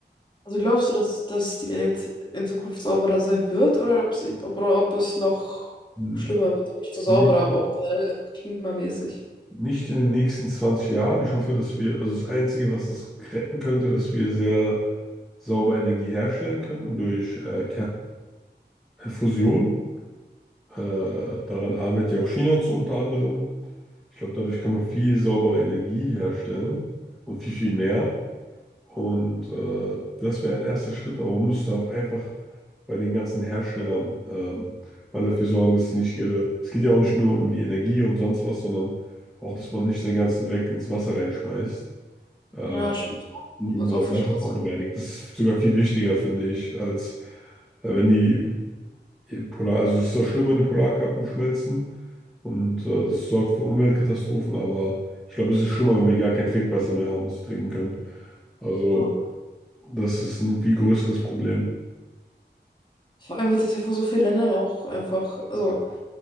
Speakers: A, on the left; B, in the centre.
A: Also glaubst du, dass, dass die Welt in Zukunft sauberer sein wird oder ob sie, ob, oder ob es noch
B: Hm,
A: schlimmer wird? Also Nicht so sauberer,
B: Nicht,
A: aber auch generell einfach klimamäßig.
B: nicht in den nächsten 20 Jahren. Ich hoffe, dass wir, also das Einzige, was das retten könnte, dass wir sehr sauber Energie herstellen könnten durch äh, Kernfusion. Äh, daran arbeitet ja auch China zu unter anderem. Ich glaube, dadurch kann man viel saubere Energie herstellen und viel, viel mehr. Und äh, das wäre ein erster Schritt, aber man müsste auch einfach bei den ganzen Herstellern ähm, mal dafür sorgen, dass sie nicht ihre. Es geht ja auch nicht nur um die Energie und sonst was, sondern auch, dass man nicht seinen ganzen Dreck ins Wasser reinschmeißt. Äh,
A: Ja, stimmt.
B: und
A: Also
B: unser
A: auch verschmutzt.
B: Wasser verunreinigt. Das ist sogar viel wichtiger, finde ich, als äh, wenn die im Polar, also es ist auch schlimm, wenn die Polarkappen schmelzen und äh, das sorgt für Umweltkatastrophen, aber ich glaube, es ist schlimmer, wenn wir gar kein Trinkwasser mehr haben, was wir trinken können. Also
A: Ja.
B: das ist ein viel größeres Problem.
A: Vor allem wird es ja von so vielen Ländern auch einfach, also